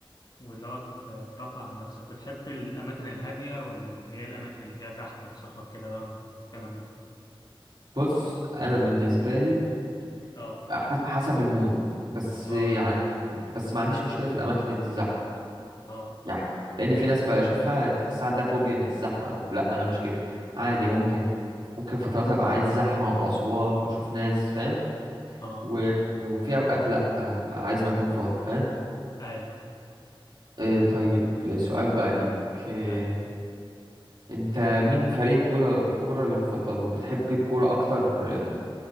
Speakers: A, on the left (about 45°); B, on the right (about 55°).
A: واللي هو ت- ترفه عن نفسك بتحب الاماكن الهاديه ولا اللي هي الاماكن اللي فيها زحمه وصخب كده بقى والكلام ده
B: بص انا بالنسبه لي
A: اه
B: ح- حسب المود بس
A: اه
B: يعني بس ما عنديش مشكله في الاماكن اللي زحمه
A: اه
B: يعني لان في ناس بشوفها تحس عندها فوبيا من الزحمه او لا انا مش كده عادي
A: اي
B: ممكن ممكن فترات ابقى عايز زحمه واصوات واشوف ناس فاهم
A: اه
B: و... وفي اوقات لا بقى عايز مكان فاضي فاهم
A: اي
B: آه طيب آه، سؤال بقى ليك آه
A: اي
B: انت مين فريق كوره الكوره اللي بتفضله وبتحب الكوره اكتر آه،